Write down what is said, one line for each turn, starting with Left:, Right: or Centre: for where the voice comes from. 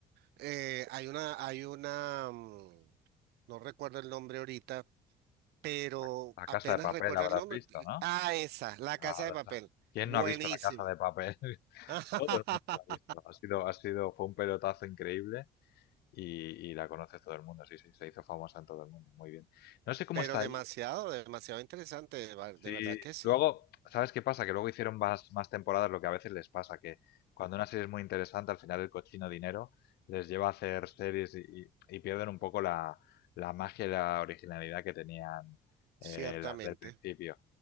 Right: eh, hay una, hay una, mm, no recuerdo el nombre ahorita, pero
Left: La, La
Right: apenas
Left: Casa de Papel
Right: recuerdo
Left: habrás
Right: el nombre.
Left: visto, ¿no?
Right: Ah, esa, La
Left: Ahora
Right: Casa de Papel.
Left: está. ¿Quién
Right: Buenísima.
Left: no ha visto La Casa de Papel? <laughs>
Right: <laughs>
Left: Todo el mundo la ha visto. Ha sido, ha sido, fue un pelotazo increíble y, y la conoce todo el mundo. Sí, sí, se hizo famosa en todo el mundo. Muy bien. No sé cómo
Right: Pero
Left: está
Right: demasiado,
Left: ahí
Right: demasiado interesante, de ver- de
Left: Sí,
Right: verdad que sí,
Left: luego, ¿sabes qué pasa? Que luego hicieron más, más temporadas, lo que a veces les pasa, que cuando una serie es muy interesante, al final el cochino dinero les lleva a hacer series y, y- y pierden un poco la, la magia y la originalidad que tenían eh,
Right: ciertamente.
Left: las del principio.